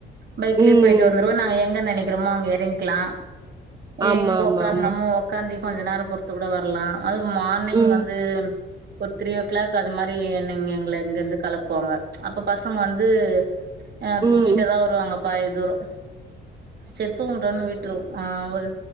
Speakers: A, on the right (about 55°); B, on the right (about 20°).
A: பைக்லயே
B: ம்
A: போயிட்டு வந்துருவோ நாங் எ எங்க நெனக்கிறோமோ அங்க எறயிங்க்லா எங்க
B: ஆமா ஆமா
A: ஒக்காரணமோ
B: ஆமா
A: ஒக்காந்து கொஞ்ச நேரொ பொறுத்துக் ‌ கூட வர்லா அது மார்னிங்
B: ம்
A: வந்து ஒரு த்ரீ ஓ க்ளாக் அந்த மாரி என்னங்க எங்கள இங்கருந்து களப்புவாங்க அப்ப பசங்க வந்து அ
B: ம்
A: தூங்கிட்டே தா வருவாங்க பாதி தூரொ சேர் தூங்கட்டுனு விட்ருவோ ஆ ஒரு